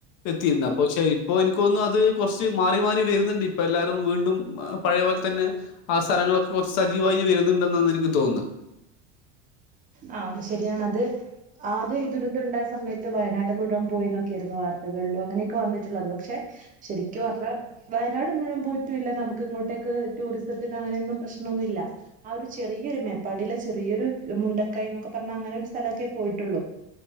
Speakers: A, on the left (about 55°); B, on the right (about 25°).
A: എത്തിയിരുന്നപ്പൊ പക്ഷേ ഇപ്പോ എനിക്ക്തോന്നുന്നു അത് കൊർച്ച് മാറി മാറി വെര്ന്ന്ണ്ട്പ്പം എല്ലാരും വീണ്ടും പഴയ പോലെ തെന്നെ ആ സ്ഥലങ്ങളൊക്കെ കൊർച്ച് സജീവായി വെര്ന്നുണ്ടെന്നെന്ന് എനിക്ക് തോന്ന്
B: ആഹ് ഒന്ന് ശെരിയാണത് ആദ്യം ഈ ദുരന്തണ്ടായ സമയത്ത് വയനാട് മുഴുവൻ പോയി നോക്കിയിരുന്നു വാർത്തകളിലും അങ്ങനൊക്കെ വന്നിട്ടുള്ളത് പക്ഷെ ശെരിക്ക് പർഞ്ഞ വയനാട് മുഴുവൻ പോയിട്ടുല്ല നമുക്ക് ഇങ്ങോട്ടേക്ക് ടൂറിസത്തിന് അങ്ങനെയൊന്നും പ്രശ്നൊന്നുല്ല ആ ഒരു ചെറിയൊരു മേപ്പാടിലെ ചെറിയൊരു മുണ്ടക്കൈ ന്നൊക്കെ പർഞ്ഞ അങ്ങനെ ഒരു സ്ഥലൊക്കെ പോയിട്ടുള്ളു